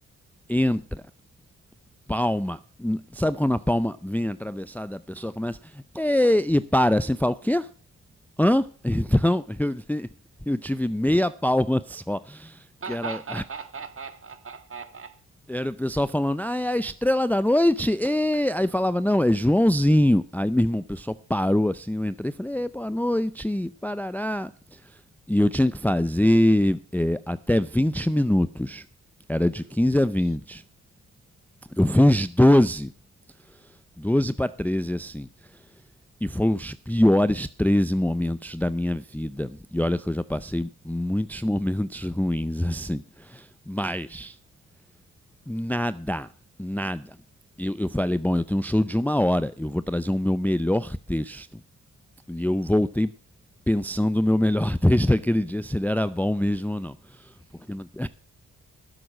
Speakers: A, in the centre; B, on the right.
A: entra, palma. Sabe quando a palma vem atravessada, a pessoa começa "Ê", e, para assim, fala: o quê? Hã? <laughs> Então eu, eu tive meia palma só,
B: <laughs>
A: que era era o pessoal falando, ah, é a estrela da noite? E... Aí falava, não, é Joãozinho. Aí, meu irmão, o pessoal parou assim, eu entrei e falei, boa noite, parará. E eu tinha que fazer é, até vinte minutos. Era de
B: Meu
A: quinze
B: Deus.
A: a vinte Eu fiz doze doze para 13 assim. E foram os piores 13 momentos da minha vida. E olha que eu já passei muitos <laughs> momentos ruins, assim. Mas Nada, nada. Eu, eu falei, bom, eu tenho um show de uma hora, eu vou trazer o meu melhor texto. E eu voltei pensando o meu melhor <laughs> texto aquele dia, se ele era bom mesmo ou não. Porque não...